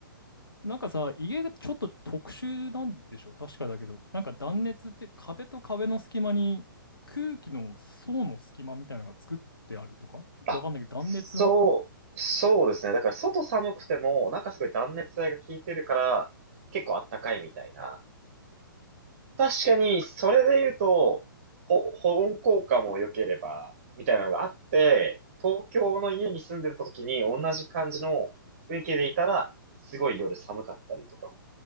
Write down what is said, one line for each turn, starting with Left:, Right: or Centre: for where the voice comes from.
Left: なんかさ、家がちょっと特殊なんでしょ確かだけど。なんか断熱って壁と壁の隙間に空気の層の隙間みたいなのが作ってあるとかわかんないけど断熱の
Right: あ、そう、そうですね。だから外寒くても、なんかすごい断熱材が効いてるから、結構あったかいみたいな。確かに、それで言うと、ほ保温効果も良ければ、みたいなのがあって、東京の家に住んでた時に同じ感じの雰囲気でいたら、すごい夜寒かったりとか、